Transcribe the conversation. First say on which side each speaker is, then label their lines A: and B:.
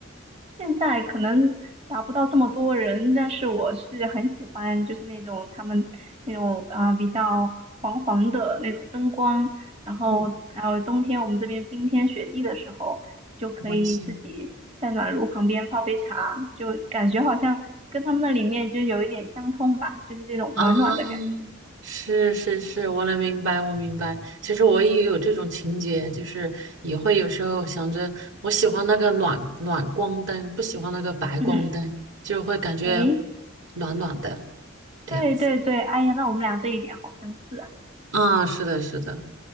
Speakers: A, on the right (about 30°); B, on the right (about 60°).
A: 现在可能达不到这么多人，但是我是很喜欢，就是那种他们那种啊、呃比较黄黄的那种灯光，然后还有冬天我们这边冰天雪地的时候，
B: 嗯，
A: 就可以自己在暖炉旁边泡杯茶，
B: 温馨。
A: 就感觉好像跟他们那里面就有一点相通吧，就是这种暖暖的感觉。
B: 啊。是是是，我能明白，我明白。其实我也有这种情节，就是也会有时候想着，我喜欢那个暖暖光灯，不喜欢那个白光灯，
A: 嗯，
B: 就会感觉
A: 诶，
B: 暖暖的这样子。
A: 对对对，哎呀，那我们俩这一点好相似啊。
B: 啊，是的，是的，